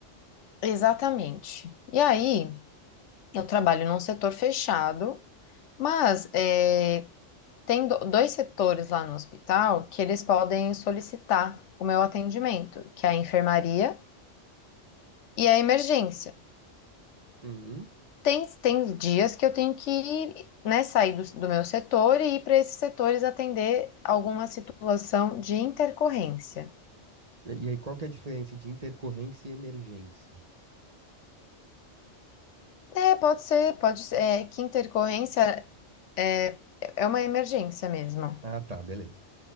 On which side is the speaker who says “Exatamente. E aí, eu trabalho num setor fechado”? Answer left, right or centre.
Left